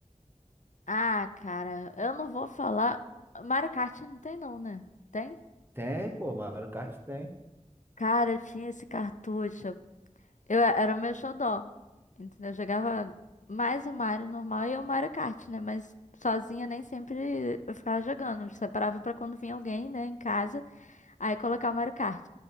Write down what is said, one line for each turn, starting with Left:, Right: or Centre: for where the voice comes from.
Left: Ah, cara, eu não vou falar. Mario Kart não tem não, né? Tem?
Right: Tem, pô, Mario Kart tem.
Left: Cara, eu tinha esse cartucho. Eu era o meu xodó. Entendeu? Eu jogava mais o Mario normal e o Mario Kart, né? Mas sozinha nem sempre eu ficava jogando. Eu separava pra quando vinha alguém, né, em casa. Aí colocar o Mario Kart.